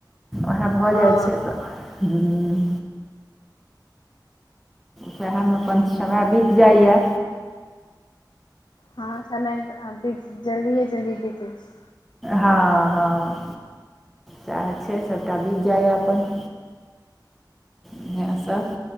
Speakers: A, in the centre; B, on the left.
A: उएह भऽ
B: हँ
A: जाइत छै तऽ हुं। सएहमे अपन समय बीत जाइए।
B: हँ समय अभी जल्दिए- जल्दी बीतै छै।
A: हां-हां साएह छै सबटा बीत जायया अपन। इहाए सब।